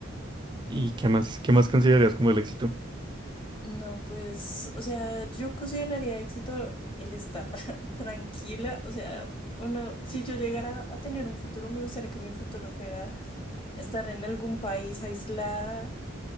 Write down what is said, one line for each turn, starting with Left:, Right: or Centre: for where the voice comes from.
Right: ¿Y qué más, qué más considerarías como el éxito?
Left: No, pues, o sea, yo consideraría éxito el estar <laughs> tranquila, o sea, uno, si yo llegara a tener un futuro, me gustaría que mi futuro fuera estar en algún país aislada,